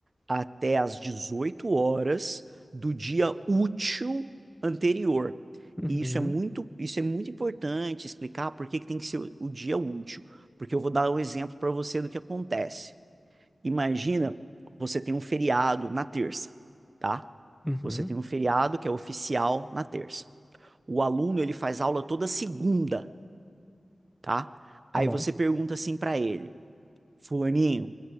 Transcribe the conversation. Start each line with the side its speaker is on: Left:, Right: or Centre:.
Right: até às 18 horas do dia útil anterior.
Centre: Uhum,
Right: E isso é muito, isso é muito importante explicar por que que tem que ser o, o dia útil, porque eu vou dar um exemplo para você do que acontece. Imagina, você tem um feriado na terça, tá?
Centre: uhum,
Right: Você tem um feriado que é oficial na terça. O aluno, ele faz aula toda segunda, tá?
Centre: tá
Right: Aí
Centre: bom.
Right: você pergunta assim para ele: "Fulaninho,